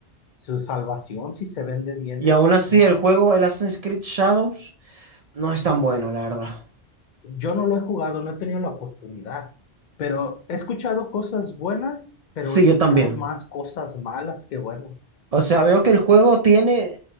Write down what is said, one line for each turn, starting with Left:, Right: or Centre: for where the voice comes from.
Left: su salvación si se vende bien
Right: Y
Left: es
Right: aún así
Left: como...
Right: el juego, el Assassin's Creed Shadows, no es tan bueno, la verdad.
Left: Yo no lo he jugado, no he tenido la oportunidad, pero he escuchado cosas buenas, pero
Right: Sí,
Left: he escuchado
Right: yo también.
Left: más cosas malas que buenas.
Right: O sea, veo que el juego tiene...